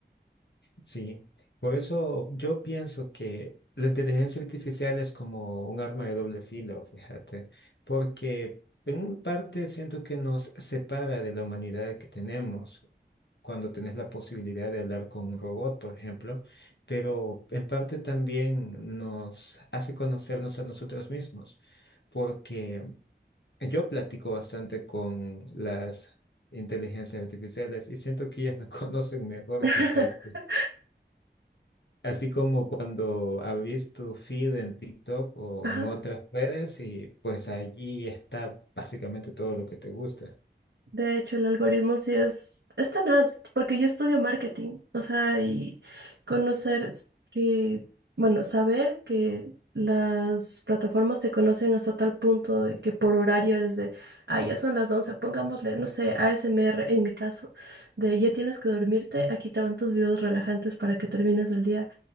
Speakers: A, on the left; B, on the right.
A: Sí, por eso yo pienso que la inteligencia artificial es como un arma de doble filo, fíjate, porque en una parte siento que nos separa de la humanidad que tenemos cuando tenés la posibilidad de hablar con un robot, por ejemplo, pero en parte también nos hace conocernos a nosotros mismos, porque yo platico bastante con las inteligencias artificiales y siento que ellas me <laughs> conocen mejor
B: <laughs>
A: quizás. Así como cuando abrís tu feed en TikTok o
B: Ajá.
A: en otras redes y pues allí está básicamente todo lo que te gusta.
B: De hecho, el algoritmo sí es, es tenaz, porque yo estudio marketing, o sea, y conocer s- que, bueno, saber que las plataformas te conocen hasta tal punto de que por horario desde, ah, ya son las 11 pongámosle, no sé, ASMR en mi caso, de ya tienes que dormirte, aquí te van tus videos relajantes para que termines el día.